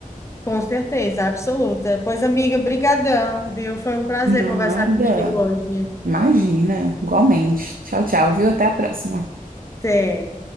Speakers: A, on the left; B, on the right.
A: Com certeza, absoluta. Pois, amiga, brigadão, viu? Foi um prazer
B: Nada.
A: conversar contigo hoje.
B: Imagina. Igualmente. Tchau, tchau, viu? Até a próxima.
A: Até.